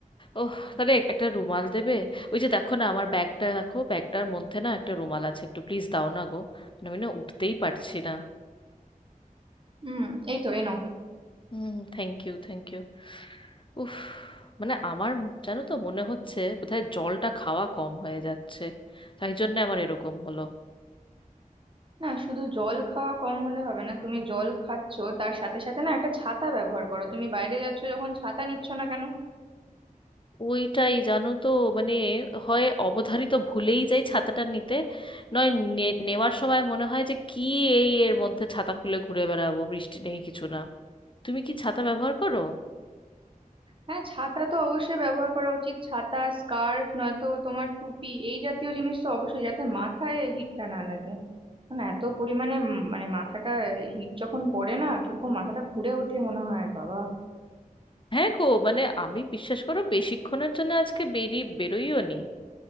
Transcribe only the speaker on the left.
ওহ তাহলে একটা রুমাল দেবে ওই যে দেখো না আমার ব্যাগটা রাখো ব্যাগটার মধ্যে না একটা রুমাল আছে একটু প্লিজ দাও না গো মানে আমি না উঠতেই পারছি না
হুম থ্যাংক ইউ থ্যাংক ইউ উফ মানে আমার জানো তো মনে হচ্ছে বোধহয় জলটা খাওয়া কম হয়ে যাচ্ছে তাই জন্য আমার এরকম হলো
ওইটাই জানো তো মানে হয় অবধারিত ভুলেই যাই ছাতাটা নিতে নয় নে- নেওয়ার সময় মনে হয় যে কি এই এর মধ্যে ছাতা খুলে ঘুরে বেড়াবো বৃষ্টি নেই কিছু না তুমি কি ছাতা ব্যবহার করো
হ্যাঁ গো মানে আমি বিশ্বাস করো বেশিক্ষণের জন্য আজকে বেরি বেরোইও নি